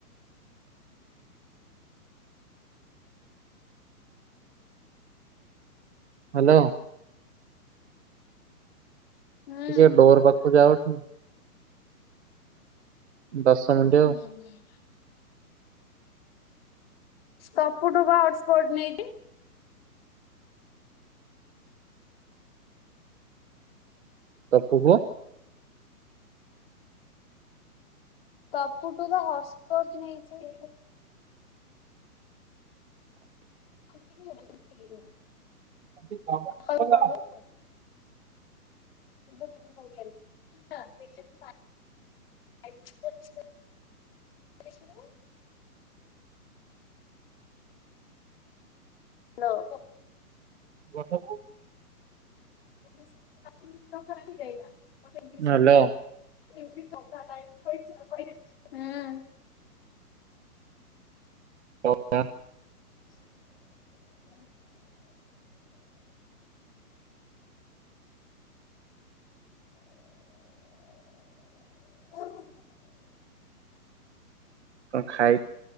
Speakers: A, on the right; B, on the left.
A: ହ୍ୟାଲୋ।
B: ହୁଁ।
A: ଟିକେ ଡୋର୍ ପାଖକୁ ଯାଅଠି। ଦଶ
B: <inaudible>
A: ମିନିଟ ଆଉ
B: ତପୁ ଠୁ ପା ହଟସ୍ପଟ ନେଇଚି।
A: ତପୁ ପୁଅ
B: ତପୁ ଠୁ ପା ହସପଟ୍ ନେଇଛି। <unintelligible>
A: <unintelligible>
B: ସକାଳୁ ପଢିବାକୁ। <unintelligible> ଏ ଦେଖିବୁ ଆ। ଲୋ
A: ଗଛକୁ
B: <unintelligible>
A: ହ୍ୟାଲୋ
B: ହୁଁ।
A: କଥା
B: <inaudible>
A: <inaudible>
B: <inaudible>
A: କଣ ଖାଇ